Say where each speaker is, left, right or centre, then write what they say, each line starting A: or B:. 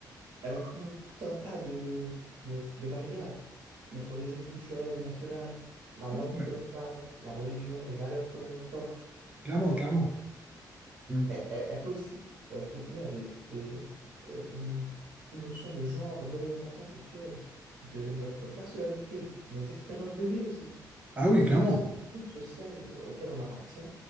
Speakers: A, on the right; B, on the right.
A: elle inclut tout un tas de, de, de- de variables. Notre régime culturel ou national, la
B: C'est
A: langue
B: vrai,
A: que l'on parle, la religion, les valeurs que l'on porte.
B: Clairement, clairement. Mm.
A: Elle, elle- elle peut aussi euh, contenir des, des, euh, une, une notion de genre, d'orientation sexuelle, de notre personnalité, nos expériences de vie aussi.
B: Ah oui, clairement.
A: et aussi le groupe social auquel on appartient